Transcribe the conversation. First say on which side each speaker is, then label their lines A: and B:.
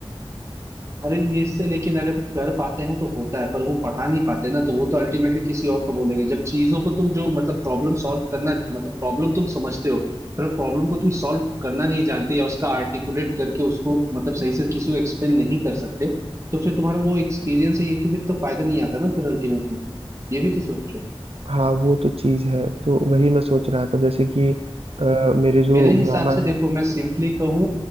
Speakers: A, on the right; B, on the right.
A: अरे ये इससे लेकिन अगर कर पाते हैं तो होता है पर वो पढ़ा नहीं पाते ना तो वो तो अल्टीमेटली किसी और को बोलेंगे जब चीजों को तुम जो मतलब प्रॉब्लम सॉल्व करना मतलब प्रॉब्लम तुम समझते हो पर प्रॉब्लम को तुम सॉल्व करना नहीं जानते या उसका आर्टिकुलेट करके उसको मतलब सही से किसी को एक्सप्लेन नहीं कर सकते तो फिर तुम्हारा वो एक्सपीरियंस है ये कि भी तो फायदा नहीं आता ना फिर अल्टीमेटली ये भी तो सोचो
B: हाँ वो तो चीज है तो वही मैं सोच रहा था जैसे कि अ, मेरे जो
A: मेरे हिसाब
B: मामा
A: से देखो मैं सिंपली कहूँ